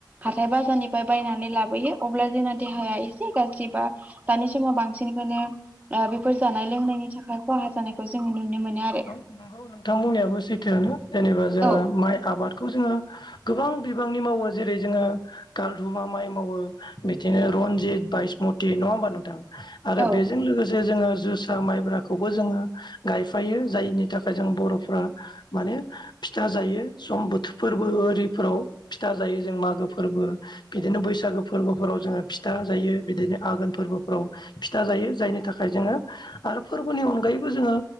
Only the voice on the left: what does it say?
औ नंगौ नोंथांमोननियाबो सैथोआनो जेनेबा जोङो
माइ आबादखौ जोङो गोबां बिबांनि मावो जेरै जोङो कालहुमा माइ मावो बिदिनो रनजित बाइस मथि नङा होनबा नोथां आरो
बेजों लोगोसे जोङो जोसा माइब्राखौबो जोङो गाइ फायो जायनि थाखाय जों बर'फ्रा माने फिथा जायो सम बोथोरफोरबो ओरै फोराव फिथा जायो जों मागो फोरबो बिदिनो बैसागो फोरबोफोराव जोङो फिथा जायो बिदिनो आघोन फोरबोफ्राव फिथा जायो जायनि थाखाय जोङो आरो फोरबोनि अनगायैबो जोङो